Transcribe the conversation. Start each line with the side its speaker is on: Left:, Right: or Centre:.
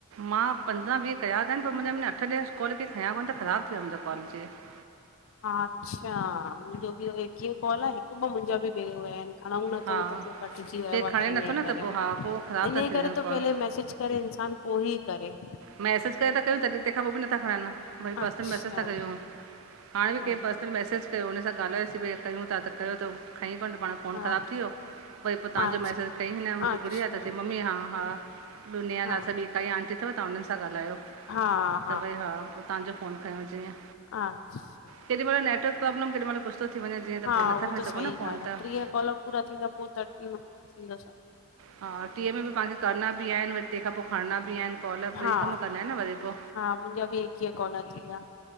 Right: मां पंद्रहं वीह कया त आहिन पर मुंहिंजा में अठ ॾहू कॉल खे खयां कोन्ह त ख़राब थी वियोया मुंहिंजो कॉल जे --
Left: अच्छा मुंहिंजो बि कीअं कॉल आहे हिकु ॿ मुंहिंजा बि हुया आहिन खणऊ न --
Right: हा
Left: त पोइ कटजी वयो
Right: केरु खणे नथो न
Left: करे
Right: त पोइ हा पोइ ख़राबु
Left: इन
Right: था थी
Left: करे
Right: वञनि
Left: त
Right: कॉल
Left: पहले मैसेज करे इंसान -- उ ई करे --
Right: मैसेज करे था कयूं तॾहिं तंहिंख पोइ बि नथा खणन। मुंहिंज पर्सनल
Left: अच्छा
Right: मैसेज था कूं हाणे बि कंहिं
Left: हा
Right: पर्सनल मैसेज -- कयो हुन सां ॻाल्हायोसीं भई कयूं था त कयो त खईं कोन्ह त पाण -- फोन
Left: हा
Right: ख़राब थी वियो वरी पोइ तव्हांजो
Left: अच्छा
Right: मैसेज कई न मुंहिंजी
Left: अच्छा
Right: गुड़िया त मम्मी हा हा -- दुनिया
Left: हा
Right: नाल सां काई आटी अथव्हां हुनन सां ॻाल्हायो।
Left: हा --
Right: त भई हा पोइ तव्हांजो फफ़ोन खयो जीअं।
Left: हा --
Right: केॾी महिल नेटर्क प्रॉब्लम केॾीहिल कुु थी वञे जीअं त
Left: हा
Right: पोइ नथ
Left: उहो
Right: खण
Left: त सही
Right: सघूं न
Left: ॻाल्हि
Right: फोन
Left: आहे
Right: त --
Left: टीह कॉल पूरा थींदा पोइ त थींद छा।
Right: हा टीह में बिव्हांखे करणा बि आहिन वरी तंहिंखां पोइ खणणा बि आहिन। कॉल ॿई
Left: हा
Right: कम कंदा आहिन न वरी पोइ।
Left: हा मुंहिंजा बि एकवीह कॉल थी विया